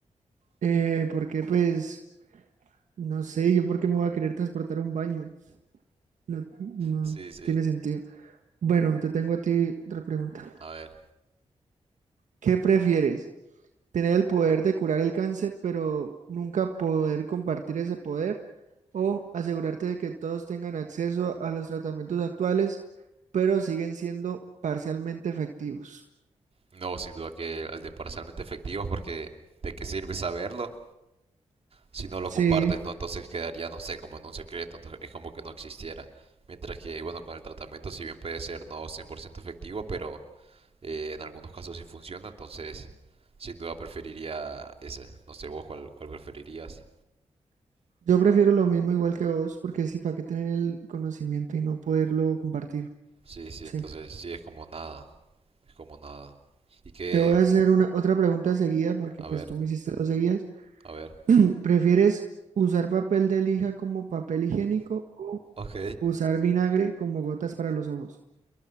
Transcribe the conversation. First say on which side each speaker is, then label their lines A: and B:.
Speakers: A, on the right; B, on the right.
A: Eh, porque, pues, no sé, yo por qué me voy a querer transportar a un baño. No, no
B: Sí, sí.
A: tiene sentido. Bueno, te tengo a ti otra pregunta.
B: A ver.
A: ¿Qué prefieres? ¿Tener el poder de curar el cáncer, pero nunca poder compartir ese poder? ¿O asegurarte de que todos tengan acceso a los tratamientos actuales, pero siguen siendo parcialmente efectivos?
B: No, sin duda que el de parcialmente efectivo, porque ¿de qué sirve saberlo si no lo
A: Sí,
B: compartes, Sí, no? Sí, Entonces quedaría, no sé, como en un secreto, entonces es como que no existiera. Mientras que, bueno, con el tratamiento, si bien puede ser no 100% efectivo, pero eh, en algunos casos sí funciona, entonces sin duda preferiría ese. No sé vos cuál, cuál preferirías.
A: yo prefiero lo mismo igual que vos, porque sí, ¿para qué tener el conocimiento y no poderlo compartir?
B: Sí, sí,
A: Sí.
B: entonces sí es como nada. Es como nada. Y que,
A: Te voy a
B: sí,
A: hacer una, otra pregunta seguida, porque
B: a
A: pues
B: ver,
A: tú me hiciste dos seguidas.
B: a ver.
A: <clears throat> ¿Prefieres usar papel de lija como papel higiénico o
B: Ok,
A: usar vinagre como gotas para los ojos?